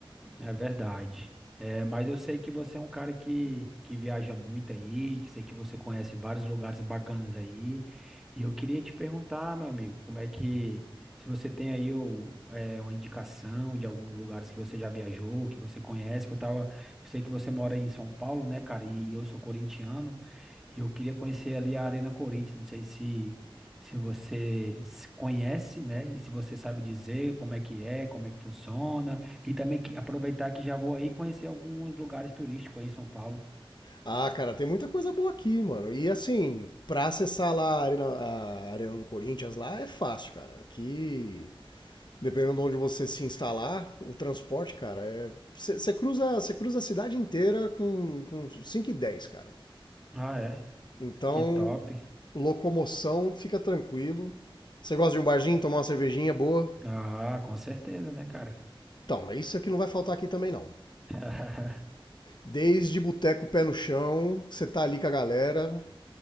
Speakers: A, in the centre; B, on the left.
A: É verdade. É, mas eu sei que você é um cara que, que viaja muito aí, que sei que você conhece vários lugares bacanas aí. E eu queria te perguntar, meu amigo, como é que, se você tem aí o, é, uma indicação de alguns lugares que você já viajou, que você conhece, que eu tava, eu sei que você mora aí em São Paulo, né, cara? E eu sou corintiano, e eu queria conhecer ali a Arena Corinthians, não sei se se você se conhece, né? E se você sabe dizer como é que é, como é que funciona. E também que- aproveitar que já vou aí conhecer alguns lugares turísticos aí em São Paulo.
B: Ah, cara, tem muita coisa boa aqui, mano. E assim, pra acessar lá a Arena, a Arena do Corinthians lá é fácil, cara. Aqui, dependendo de onde você se instalar, o transporte, cara, é. Você cruza, você cruza a cidade inteira com, com 5 e 10, cara.
A: Ah, é?
B: Então,
A: Que top.
B: locomoção, fica tranquilo. Você gosta de um barzinho, tomar uma cervejinha boa?
A: Ah, com certeza, né, cara?
B: Então, é isso que não vai faltar aqui também não.
A: <laughs>
B: Desde boteco pé no chão, que você tá ali com a galera,